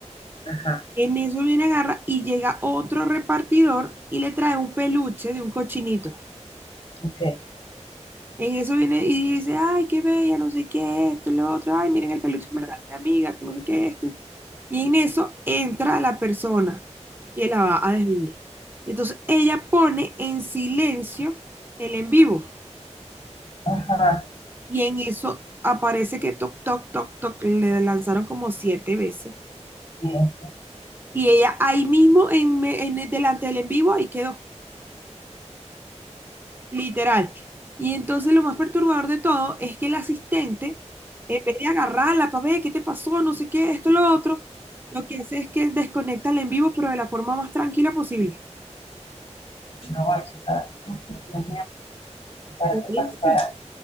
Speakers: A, on the left; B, on the right.
A: ajá,
B: En eso viene agarra y llega otro repartidor y le trae un peluche de un cochinito.
A: ok,
B: En eso viene y dice, ay, qué bella, no sé qué, esto y lo otro, ay, miren el peluche que me regaló mi amiga, que no sé qué, esto. Y en eso entra la persona que la va a desvivir. Y entonces ella pone en silencio el en vivo.
A: ajá,
B: Y en eso aparece que toc, toc, toc, toc, le lanzaron como siete veces.
A: Dios.
B: Y ella ahí mismo, en, me- en- delante del en vivo, ahí quedó. Literal. Y entonces lo más perturbador de todo es que el asistente, en vez de agarrarla para ver qué te pasó, no sé qué, esto, lo otro, lo que hace es que desconecta el en vivo, pero de la forma más tranquila posible.
A: una guachita, así ¿verdad?
B: Por
A: Para que
B: eso,
A: pasara,